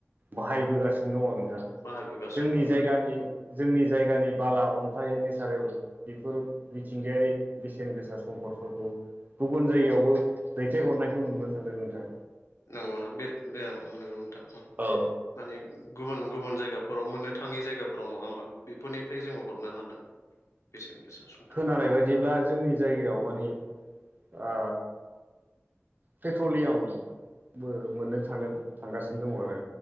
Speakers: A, on the right; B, on the left.
A: बाहायबोगासिनो दङ नोंथां,
B: बाहायबोगासिनो
A: जोंनि
B: दं
A: जायगानि
B: नोंथां
A: जोंनि जायगानि बाला अन्थाइ नेसारेल बेफोर मिथिंगायारि बेसेन गोसा सम्पदफोरखौ गुबुन जायगायावबो
B: उम
A: दैथायहरनायखौ नुनो थांदों नोंथां,
B: नंगौना बे नंगौ नोंथां
A: औ
B: माने गुबुन गुबुन जायगाफोराव मोननो थाङै जायगाफोराव नङा होमबा, बेफोरनिफ्राय जोङो हरनो हादों बेसेन गोसा सम्पद,
A: जानाय बायदिब्ला, जोंनि जायगायाव मानि आ पेट्रलियामबो मोननो थांनो थांगासिनो दङ आरो